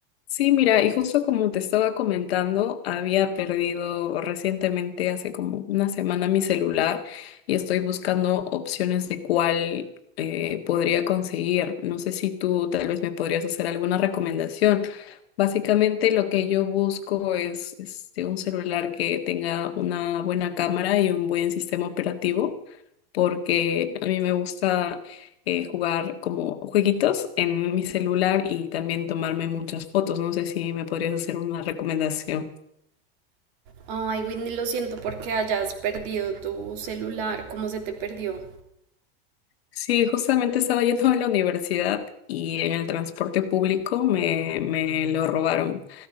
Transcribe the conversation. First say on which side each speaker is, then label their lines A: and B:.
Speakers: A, on the left; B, on the right.
A: Sí, mira, y justo como te estaba comentando, había perdido recientemente, hace como una semana, mi celular y estoy buscando opciones de cuál eh, podría conseguir. No sé si tú tal vez me podrías hacer alguna recomendación. Básicamente lo que yo busco es este, un celular que tenga una buena cámara y un buen sistema operativo, porque a mí me gusta eh, jugar como jueguitos en mi celular y también tomarme muchas fotos. No sé si me podrías hacer una recomendación.
B: Ay, Whitney, lo siento porque hayas perdido tu celular. ¿Cómo se te perdió?
A: Sí, justamente estaba yendo a la universidad y en el transporte público me, me lo robaron.